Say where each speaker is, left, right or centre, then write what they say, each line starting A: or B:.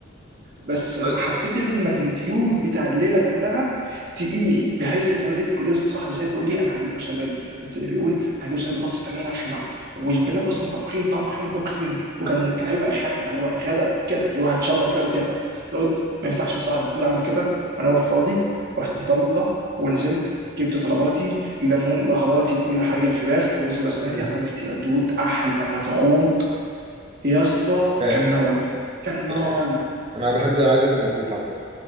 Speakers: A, on the right; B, on the right.
A: بس
B: كويس
A: حسيت ان الماجنتيود بتاع الليله كلها تقيل بحيث ان هو لقيت كل بس صاحبي سيد بيقول لي انا هجيب بشاميل والتاني بيقول انا هجيب صينيه بطاطس باللحمه والبنات اصلا طابخين طابخين طابخين وكان كان هيبقى غدا بقى اللي هو غدا بجد اللي هو هتشمر كده وتاكل اللي هو ما ينفعش صاحبي كله عامل كده وانا واقف فاضي رحت مطلع ونزلت جبت طلباتي الليمون بهاراتي كل حاجه الفراخ ورز بسمتي
B: مم.
A: عملت يا دود احلى مضغوط يا اسطى
B: تالي
A: كان نار كان نار
B: تالي انا بحب انا عايز اكون مضغوط عامه